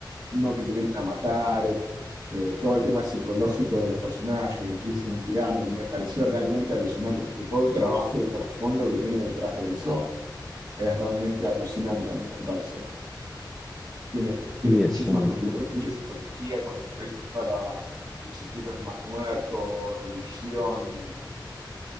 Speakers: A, on the right; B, in the centre.
A: no que te vienen a matar, eh, todo el tema psicológico de los personajes, crisis de identidad, me, me pareció realmente alucinante, porque todo el trabajo de trasfondo que tiene detrás de eso es realmente alucinante, a mí me pareció. Tiene, tiene
B: Sí,
A: muchísimas
B: es uno.
A: cosas, mucha psicología con respecto a la- los secretos del Mar Muerto, religión.